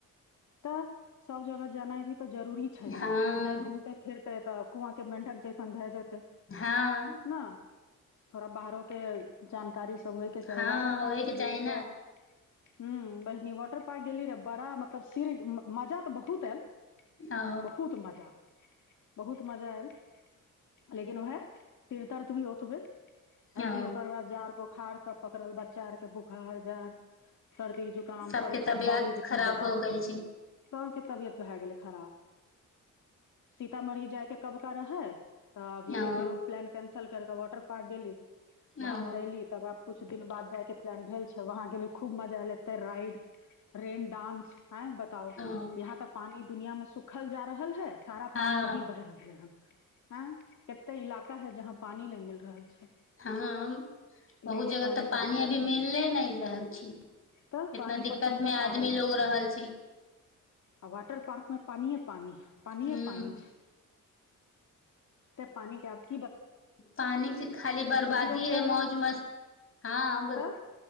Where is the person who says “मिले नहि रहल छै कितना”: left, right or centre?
Left